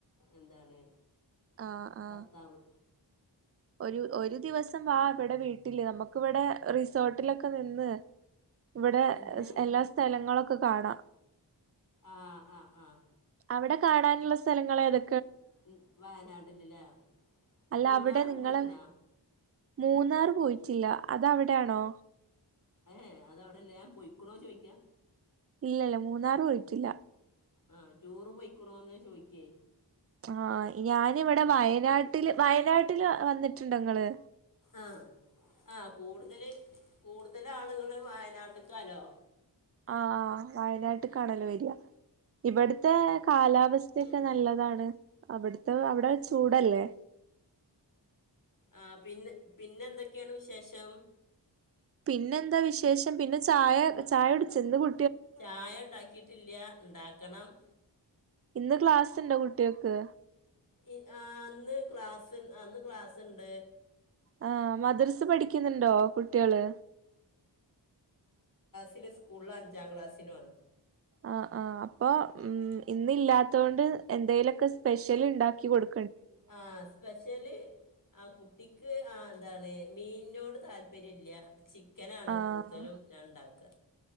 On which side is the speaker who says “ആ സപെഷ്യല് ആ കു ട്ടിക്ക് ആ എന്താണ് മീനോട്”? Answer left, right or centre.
Left